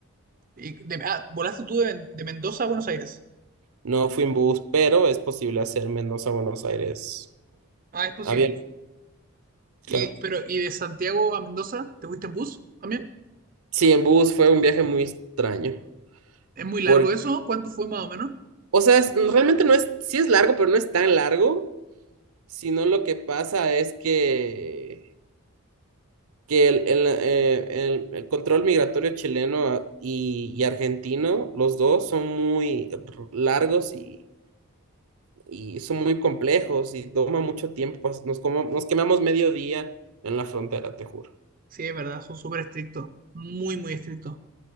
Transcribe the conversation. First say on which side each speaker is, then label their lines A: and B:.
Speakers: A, on the right; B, on the right.
A: Y de- ah, volaste tú de, de Mendoza a Buenos Aires.
B: No fui en bus, pero es posible hacer Mendoza a Buenos Aires
A: Ah, es posible.
B: avión,
A: Y,
B: claro.
A: pero, ¿y de Santiago a Mendoza te fuiste en bus también?
B: Sí, en bus fue un viaje muy extraño.
A: ¿Es muy
B: Porque,
A: largo eso? ¿Cuánto fue más o menos?
B: o sea, es- realmente no es, sí es largo, pero no es tan largo, sino lo que pasa es que que el, el, eh, el- el control migratorio chileno ah, y, y argentino, los dos son muy r- largos y, y son muy complejos y toma mucho tiempo. pues, Nos, como, nos quemamos medio día en la frontera, te juro.
A: Sí, es verdad, son súper estrictos. Muy, muy estrictos.